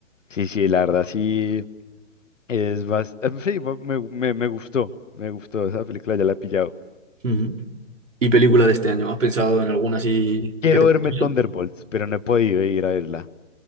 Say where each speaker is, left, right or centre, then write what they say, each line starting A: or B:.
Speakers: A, on the left (about 75°); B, on the right (about 80°).
A: Sí, sí, la verdad sí es más... Sí, me, me, me gustó, me gustó, esa película ya la he pillado.
B: Ujú. ¿Y película de este año? ¿Has pensado en alguna así
A: Quiero
B: que te guste
A: verme
B: bien?
A: Thunderbolts, pero no he podido ir a verla.